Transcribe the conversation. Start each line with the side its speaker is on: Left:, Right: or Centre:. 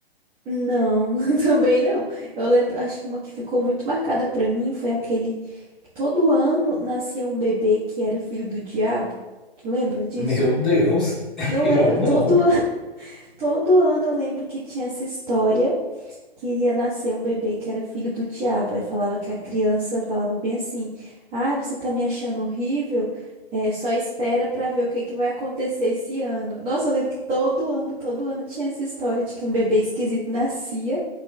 Right: Não, <laughs> também não. Eu lembro, acho que uma que ficou muito marcada pra mim foi aquele que todo ano nascia um bebê que era filho do diabo. Tu lembra disso?
Centre: Meu Deus, <laughs>
Right: Não
Centre: eu
Right: lembro.
Centre: não.
Right: Todo, <laughs> todo ano eu lembro que tinha essa história. Queria nascer um bebê que era filho do diabo. Aí falava que a criança falava bem assim: Ah, você tá me achando horrível? É, só espera pra ver o que que vai acontecer esse ano. Nossa, eu lembro que todo ano, todo ano tinha essa história de que um bebê esquisito nascia